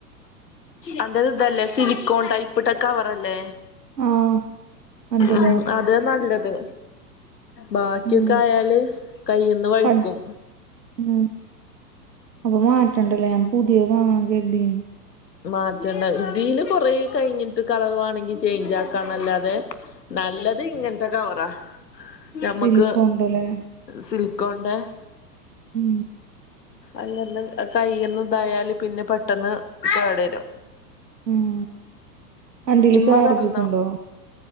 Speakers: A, on the left; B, on the right.
A: അന്റെത് ഇതല്ലേ സിലിക്കോൺ ടൈപ്പിട്ട കവറല്ലേ
B: ആ അന്റതോ
A: ഉ അതെ നല്ലത് ബാക്കിയൊക്കെ
B: ഉം
A: ആയാല് കൈന്ന് വഴ്ക്കും.
B: കജ് ഉം അപ്പൊ മാറ്റണ്ടല്ലേ ഞാ പുതിയവാങ്ങാ കരുതി.
A: മാറ്റണ്ട ഇതിൽ കൊറെ കഴിഞ്ഞിട്ട് കളറുവാണെങ്കി ചേഞ്ച് ആക്കാന്നല്ലാതെ നല്ലത് ഇങ്ങനത്തെ കവറാ ഞമ്മുക്ക്
B: സിലിക്കോണ്ടല്ലേ
A: സിൽ കൊണ്ട്
B: ഉം
A: അല്ലന്ന് കൈന്ന് ഇതായല് പിന്നെ പെട്ടെന്ന് കേടരും.
B: ഉം അന്റേല്
A: ഇമ്മ
B: ചാർജ്ക്ക്ണ്ടോ
A: കെടന്നോ